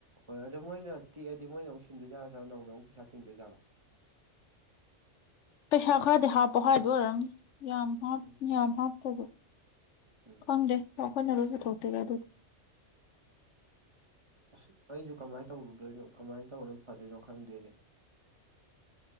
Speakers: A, on the right; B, on the left.
A: ꯍꯣꯏ ꯑꯗꯣ ꯃꯣꯏꯅ ꯇꯛꯑꯗꯤ ꯃꯣꯏꯅꯨꯛ ꯁꯤꯟꯗꯣꯏ ꯌꯥꯠꯗ꯭ꯔꯥ ꯅꯧꯅ ꯑꯃꯨꯛ ꯄꯩꯁꯥ ꯇꯤꯡꯗꯣꯏꯖꯠꯣ
B: ꯄꯩꯁꯥ ꯈꯔꯗꯤ ꯍꯥꯞꯄꯣ ꯍꯥꯏꯗꯣ ꯑꯣꯏꯔꯝꯅꯤ ꯌꯥꯝ ꯍꯥ
A: ꯎꯝ
B: ꯌꯥꯝ ꯍꯥꯞꯇ꯭ꯔꯁꯨ
A: ꯎꯝ
B: ꯈꯪꯗꯦ ꯆꯥꯎꯈꯣꯏꯅꯔꯕ ꯊꯣꯛꯇꯦꯔ ꯑꯗꯨꯗꯤ
A: ꯑꯁ ꯑꯩꯁꯨ ꯀꯃꯥꯏꯅ ꯇꯧꯗꯣꯏꯅꯣ ꯀꯃꯥꯏꯅ ꯇꯧꯕꯅꯣ ꯐꯗꯣꯏꯅꯣ ꯈꯪꯗꯦꯗꯤ